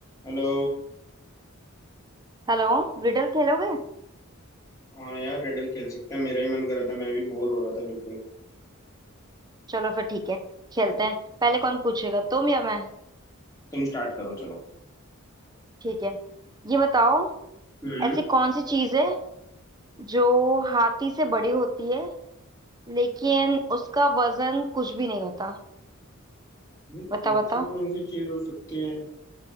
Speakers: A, on the left; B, on the right.
A: हेलो
B: Hello Riddle खेलोगे
A: हाँ यार रेडल खेल सकते हैं मेरा ही मन कर रहा था मैं भी बोर हो रहा था बिल्कुल
B: चलो फिर ठीक है खेलते हैं पहले कौन पूछेगा तुम या मैं
A: तुम स्टार्ट करो चलो
B: ठीक है ये बताओ
A: हम्म
B: ऐसी कौन सी चीज है जो हाथी से बड़ी होती है लेकिन उसका वजन कुछ भी नहीं होता
A: ये
B: बताओ
A: ऐसी
B: बताओ
A: कौन सी चीज हो सकती है